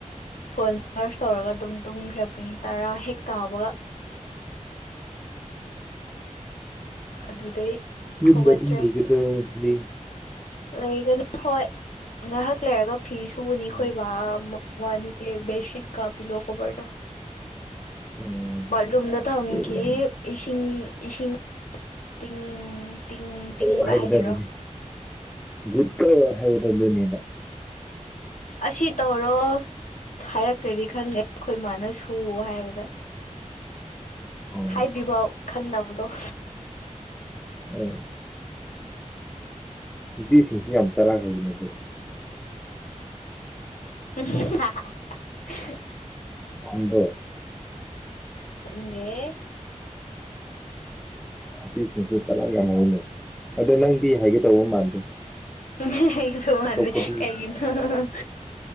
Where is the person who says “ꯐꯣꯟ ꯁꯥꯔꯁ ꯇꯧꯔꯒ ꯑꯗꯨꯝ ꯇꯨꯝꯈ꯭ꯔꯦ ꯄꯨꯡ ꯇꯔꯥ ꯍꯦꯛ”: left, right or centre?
Left